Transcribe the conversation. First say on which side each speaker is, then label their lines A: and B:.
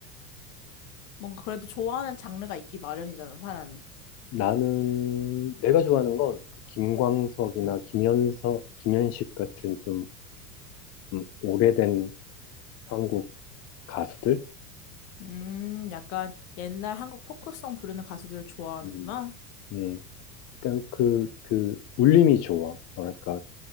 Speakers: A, on the left; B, on the left.
A: 뭔가 그래도 좋아하는 장르가 있기 마련이잖아, 사람이.
B: 나는, 내가 좋아하는 건그 김광석이나 김현석, 김현식 같은 좀, 음, 오래된 한국 가수들?
A: 음, 약간 옛날 한국 포크송 부르는 가수들 좋아하는구나.
B: 음, 음. 그러니까 그, 그, 울림이 좋아. 뭐랄까,